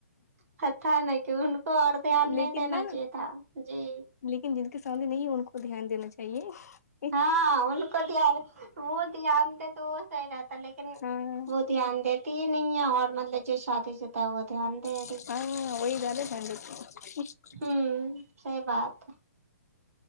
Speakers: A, on the right (about 60°); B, on the left (about 75°).
A: ہا تھانئی کی ان کو اور دھیان
B: لیکن
A: نہیں دینا
B: نا
A: چاہیے تھا جی
B: لیکن جن کے سامنے نہیں ہے ان کو دھیان دینا چاہیے
A: ہاں ان کو دھیان وہ دھیان دے تو وہ صحیح رہتا لیکن لیکن
B: ہاں
A: وہ دھیان دیتی ہی نہیں ہے اور مطلب جو شادی شدہ وہ دھیان دے
B: <inaudible>
A: رہی ہوں صحیح بات ہے